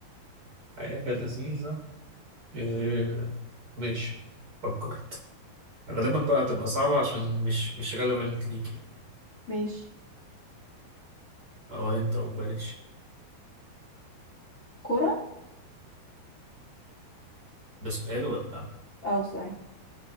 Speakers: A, on the right (about 25°); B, on the left (about 60°).
A: حاجة لذيذة إيه... ماشي فكرت غالبا بقى هتبقى صعبة عشان مش مش relevant ليك يعني
B: ماشي
A: او انت او ببلاش
B: كوره
A: ده سؤال ولا
B: اه سوري